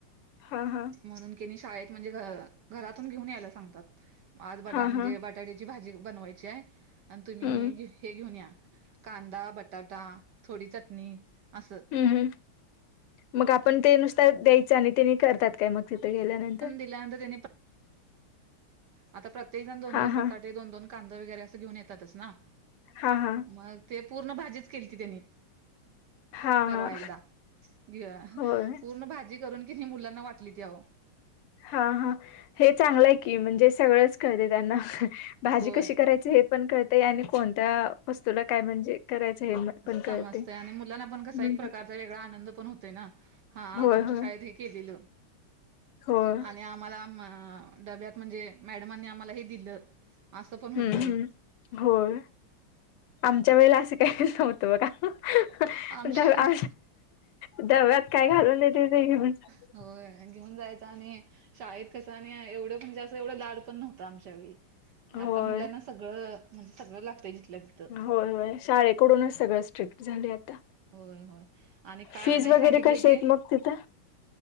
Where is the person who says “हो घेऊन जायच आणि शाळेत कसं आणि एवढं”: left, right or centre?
Right